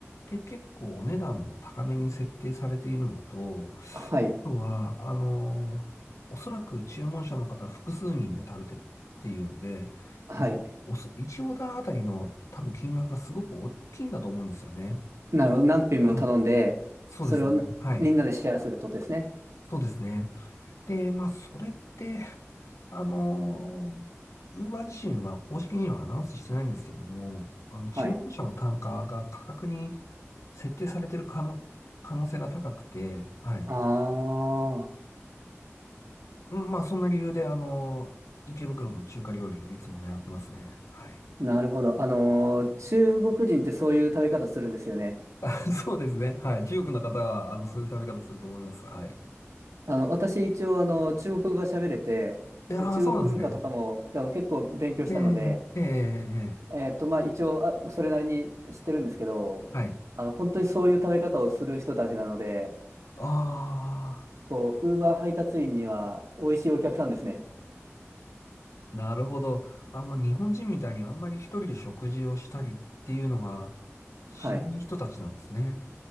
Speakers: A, on the left; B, on the right.
A: て結構お値段も高めに設定されているのと、あ
B: はい。
A: とは、あの、おそらく注文者の方複数人で食べてるっていうので、
B: はい。
A: いおそ、1オーダーあたりの多分金額がすごく大きいんだと思うんですよね。
B: なるほど。何品も頼んで、
A: はいそうですね。
B: それをなみんなでシェアするってことですね。
A: はい。そうですね。で、まあ、それって、あの、ウーバー自身は公式にはアナウンスしてないんですけども、あの、注文者の単価が価格に
B: はい。
A: 設定されてる可能、可能性が高くて、はい。
B: ああ、
A: うんまあ、そんな理由で、あの、池袋の中華料理をいつも狙ってますね。はい。
B: なるほど。あのー、中国人ってそういう食べ方するんですよね。
A: あそうですね。はい。中国の方は、あの、そういう食べ方すると思います。はい。
B: あの、私一応、あの、中国語が喋れて、
A: いやー、
B: で、中国文化とかも、
A: そうなんですね。
B: あの、結構勉強したので、
A: ええええええええ
B: えっと、まあ、一応、あ、それなりに知ってるんですけど、
A: はい。
B: あの、本当にそういう食べ方をする人たちなので、
A: ああ。
B: こう、ウーバー配達員には美味しいお客さんですね。
A: なるほど。あの、日本人みたいにあんまり一人で食事をしたりっていうのがしない人たちなんですね。
B: はい。